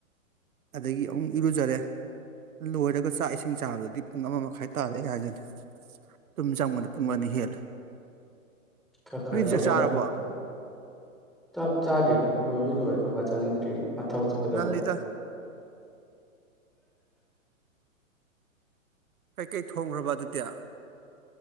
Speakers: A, on the right; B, in the centre.
A: ꯑꯗꯒꯤ ꯑꯃꯨꯛ ꯏꯔꯨꯖꯔꯦ ꯂꯣꯏꯔꯒ ꯆꯥꯛ ꯏꯁꯤꯡ ꯆꯥꯕꯗꯗꯤ ꯄꯨꯡ ꯑꯃ ꯃꯈꯥꯏ ꯇꯥꯔꯦ ꯍꯥꯏꯁꯤꯅꯤ ꯇꯨꯝ ꯆꯪꯕꯗ ꯄꯨꯡ ꯑꯅꯤ ꯍꯦꯜꯂꯦ
B: ꯈꯔ ꯈꯔ
A: ꯅꯣꯏꯗꯤ
B: ꯇꯧ
A: ꯆꯥꯛ
B: ꯌꯥꯗꯕ
A: ꯆꯥꯔꯕꯣ
B: ꯑꯗꯣ ꯆꯥꯛ ꯆꯥꯗ꯭ꯔꯤꯗ ꯂꯣꯏꯕꯨꯗꯤ ꯂꯣꯏꯔꯦ ꯑꯩꯈꯣꯏ ꯕꯥ ꯆꯥꯅꯤꯡꯗ꯭ꯔꯤꯅ ꯃꯥ ꯊꯕꯛ ꯆꯠꯀꯗꯕ
A: ꯉꯜꯂꯤꯗ ꯀꯩꯀꯩ ꯊꯣꯡꯈ꯭ꯔꯕ ꯑꯗꯨꯗꯤ